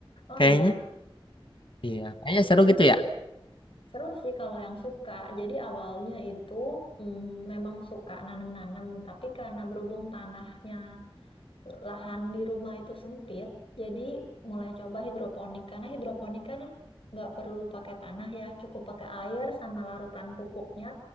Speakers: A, on the left (about 80°); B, on the left (about 65°).
A: Oh
B: Kayaknya.
A: iya.
B: Iya, kayaknya seru gitu ya.
A: Seru sih kalau yang suka. Jadi awalnya itu mm, memang suka nanam-nanam, tapi karena berhubung tanahnya, lahan di rumah itu sempit, jadi mulai coba hidroponik. Karena hidroponik kan nggak perlu pakai tanah ya, cukup pakai air sama larutan pupuknya,